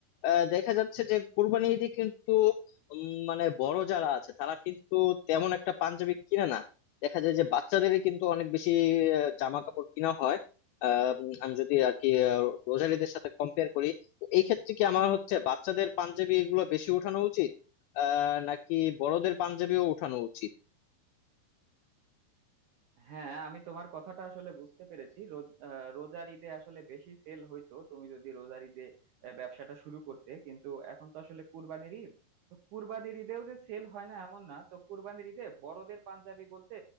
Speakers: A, on the left (about 80°); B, on the right (about 65°).
A: আহ, দেখা যাচ্ছে যে কোরবানি ঈদে কিন্তু উম, মানে বড় যারা আছে তারা কিন্তু তেমন একটা পাঞ্জাবি কিনে না দেখা যায় যে বাচ্চাদেরই কিন্তু অনেক বেশি জামা কাপড় কিনা হয় আহ, উম, আমি যদি আর কি আহ, রোজার ঈদের সাথে কম্পেয়ার করি তো এই ক্ষেত্রে কি আমার হচ্ছে বাচ্চাদের পাঞ্জাবি এগুলো বেশি ওঠানো উচিত আহ নাকি বড়দের পাঞ্জাবিও ওঠানো উচিত
B: হ্যাঁ আমি তোমার কথাটা আসলে বুঝতে পেরেছি রোজ- আহ, রোজার ঈদে আসলে বেশি সেল হইতো তুমি যদি রোজার ঈদে আহ, ব্যবসাটা শুরু করতে কিন্তু এখন তো আসলে কুরবানির ঈদ তো কুরবানির ঈদেও যে সেল হয় না এমন না তো কুরবানির ঈদে বড়দের পাঞ্জাবি বলতে